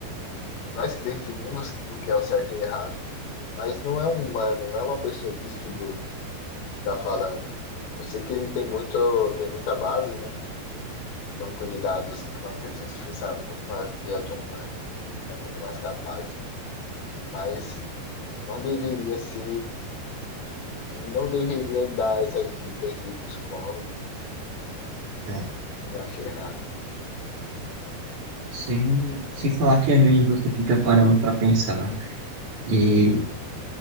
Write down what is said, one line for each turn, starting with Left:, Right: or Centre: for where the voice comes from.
Left: o- nós que definimos o que é o certo e errado, mas não é um humano, não é uma pessoa que estudou que está falando. Eu sei que ele tem muito, tem muita base, né? O banco de dados de uma inteligência artificial é muito maior que a de um humano. é muito mais capaz, mas não deveria ser, ele não deveria dar essas dicas de psicólogo.
Right: É,
Left: Eu achei errado.
Right: sem, sem falar que às vezes você fica parando para pensar. E